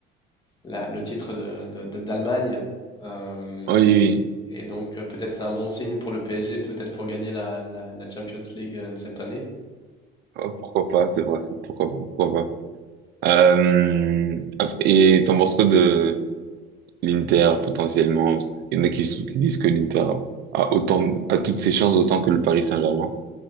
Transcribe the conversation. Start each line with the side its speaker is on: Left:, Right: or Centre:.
Left: la- le titre de- de- de- d'Allemagne. Euh,
Right: Oui, oui.
Left: et donc, euh, peut-être c'est un bon signe pour le PSG, peut-être pour gagner la, la- la Champions League euh, cette année.
Right: oui. Oh, pourquoi pas, c'est vrai, c'est pourquoi pas, pourquoi pas. Euh, ap- et t'en penses quoi de l'Inter, potentiellement? Il y en a qui, sou- qui disent que l'Inter a autant, a toutes ses chances autant que le Paris Saint-Germain.